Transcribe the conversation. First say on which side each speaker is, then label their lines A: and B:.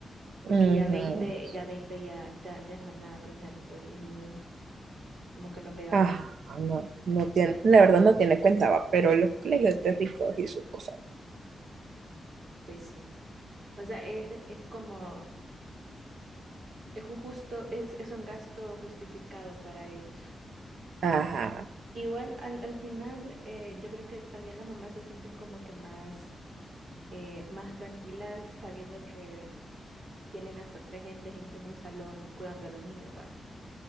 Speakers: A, on the right; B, on the right.
A: Porque
B: Ujú.
A: ya veinte ya veinte ya, ya, ya es más nada, pero imagínate por 10 niños, como que no pega
B: Ah,
A: mucho.
B: no, no tiene, la verdad no tiene cuenta, va, pero los colegios de ricos y sus cosas.
A: Pues sí. O sea, es, es como es un justo, es, es un gasto justificado para ellos.
B: Ajá,
A: Igual al, al final eh, yo creo que también las mamás se sienten como que más, eh, más tranquilas sabiendo que tienen hasta tres gentes en, en un salón cuidando a los niños, ¿va?